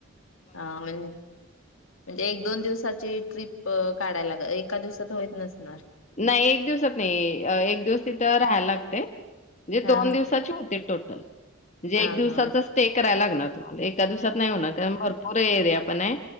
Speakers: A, on the left; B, on the left.
A: हा म्हण म्हणजे एक दोन दिवसाची ट्रीप काढायला ग एका दिवसात होईत नसणार.
B: नाही एक दिवसात नाही एक दिवस तिथं राहायला लागतय म्हजे
A: हा
B: दोन दिवसाची होते टोटल म्हंजे
A: हा
B: एक दिवसाचा
A: हा हा
B: स्टे कर कराय लागणार तुम्हाला एका दिवसात नाही होणार कारण भरपूर एरिया पण आहे.